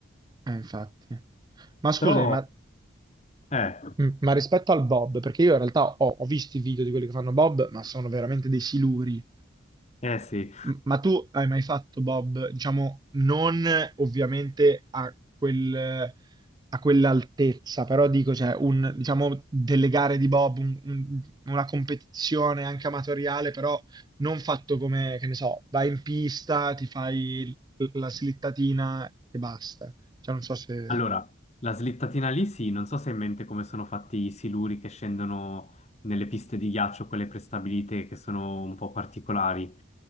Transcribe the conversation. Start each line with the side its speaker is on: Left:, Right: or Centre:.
Right: Eh, infatti. Ma scusami,
Left: Però,
Right: ma,
Left: eh,
Right: m- ma rispetto al Bob, perché io in realtà ho, ho visto i video di quelli che fanno Bob, ma sono veramente dei siluri.
Left: eh sì.
Right: M- Ma tu hai mai fatto, Bob, diciamo, non eh, ovviamente a quel, a quell'altezza, però dico, cioè, un, diciamo, delle gare di Bob, un- un- una competizione anche amatoriale, però non fatto come, che ne so, vai in pista, ti fai l- la slittatina e basta. Cioè, non so se,
Left: Allora, la slittatina lì sì, non so se hai in mente come sono fatti i siluri che scendono nelle piste di ghiaccio, quelle prestabilite che sono un po' particolari.